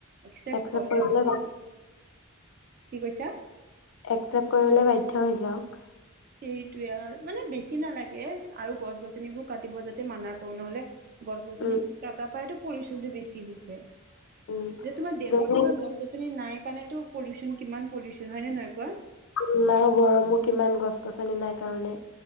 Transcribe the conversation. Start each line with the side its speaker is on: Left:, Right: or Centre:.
Right: এক্সচেপ্ট
Left: একচেপ্ট
Right: কৰে
Left: কৰিবলৈ
Right: নে কি কৈছা
Left: এক্সচেপ্ট কৰিবলৈ বাধ্য হৈ যাওঁক
Right: সেইটোয়ে আৰ মানে বেছি নালাগে আৰু গছ গছনিবোৰ কাটিব যাতে মানা কৰো নহলে গছ গছনি
Left: উম,
Right: তাপইতো পাইতো পলিউচন টো বেছি হৈছে এতিয়া
Left: উম,
Right: তোমাৰ দিল্লীত
Left: যদি
Right: তোমাৰ গছ গছনি নাই সেইকাৰণেতো পলিউচন কিমান পলিউচন হয় নে নহয় কোৱা
Left: আৰু ইমান গৰম কিমান গছ গছনি নাই কাৰণে